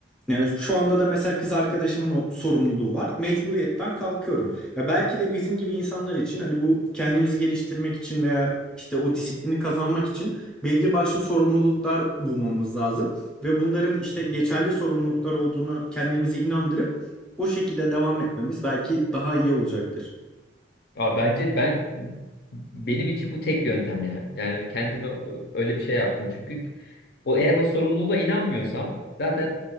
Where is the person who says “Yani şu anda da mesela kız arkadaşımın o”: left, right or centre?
Centre